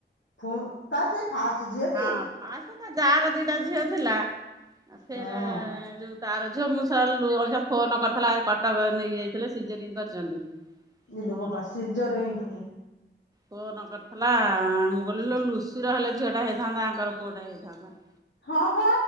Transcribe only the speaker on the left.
ତାର ସେ ଫାଷ୍ଟ ଝିଅଟି
ହଁ
ଇଲୋ
ଵୋପା ସିଜରିଙ୍ଗ ପୁଣି।
ହଁ ପା